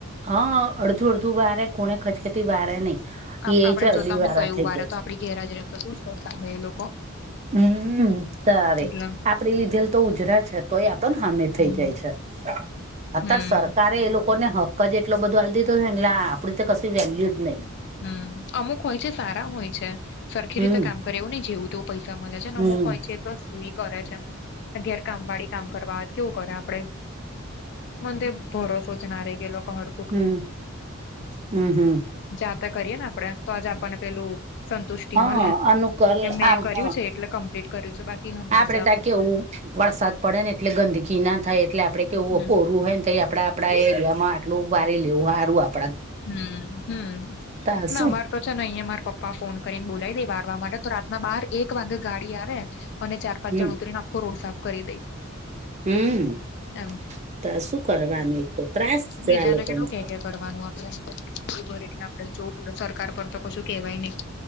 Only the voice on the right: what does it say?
હા અડધું અડધું વારે કોણે ખચકેતી વારે નહી
એ ચરબી
વારા
થઈ
ગયા
છે
હમ તારે
આપડે લીધેલ તો ઉજરા છે. તો એ આપ હમેી થઈ
જાય છે, અત્યારે
સરકાર તરે એ લોકો ને હક્ક જ એટલો બધો હ દીધો છે, એટ આપડી તો કશી વેલ્યુ જ નહી.
હમ
હમ
હમ્મ હમ્મ હમ્મ
હા
અનુકલ
આમ
હ
આપડે ત્યાં કેવું વરસાદ પડે ને એટલે ગંદકી ના થાય એટલે આપડે કેવું
કોરું હોય ને થ આપડા આપણા એરિયામાં આટલું વાારી લેવું સારુ આપ
તા
શું
હમ
હમ્મ
તો શું કરવાનું તો ત્રાસ
છે આ લોકોનુ